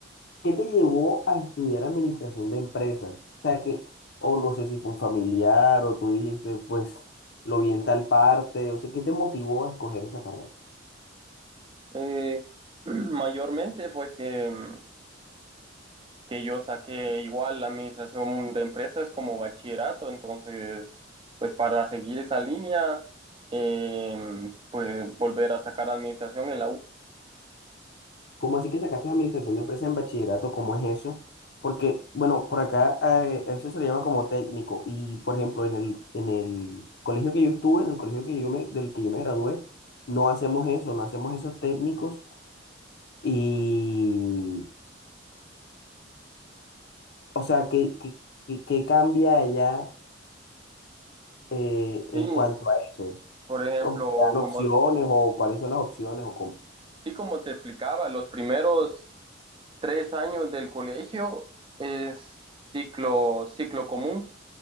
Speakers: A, on the left; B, on the right.
A: ¿Qué te llevó a estudiar administración de empresas? O sea, que, o no sé si fue un familiar o tú dijiste, pues lo vi en tal parte, o sea, ¿qué te motivó a escoger esa carrera?
B: Eh, <clears throat> mayormente fue que, que yo saqué igual la administración de empresas como bachillerato. Entonces, pues para seguir esa línea, eh, pues volver a sacar administración en la U.
A: ¿Cómo así que sacaste administración de empresas en bachillerato? ¿Cómo es eso? Porque, bueno, por acá eh, eso se le llama como técnico y, por ejemplo, en el, en el colegio que yo estuve, en el colegio que yo me, del que yo me gradué, no hacemos eso, no hacemos esos técnicos y, o sea, ¿qué, qué, qué qué cambia allá? eh,
B: Sí,
A: en cuanto a eso?
B: por ejemplo,
A: ¿O te dan
B: como
A: opciones o cuáles son las opciones o cómo? O
B: Sí, como te explicaba, los primeros tres años del colegio es ciclo, ciclo común.